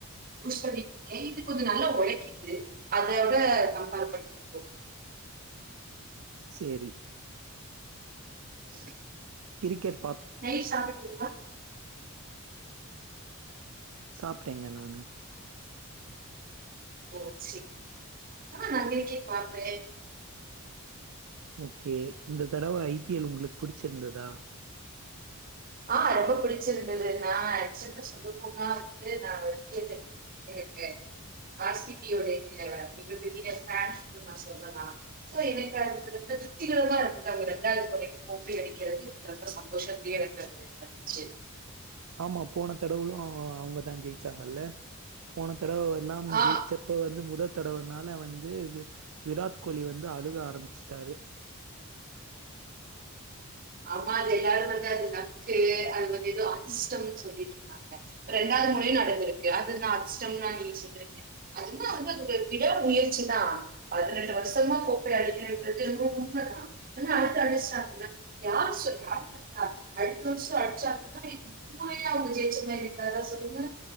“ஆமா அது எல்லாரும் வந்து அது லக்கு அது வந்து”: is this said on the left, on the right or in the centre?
Right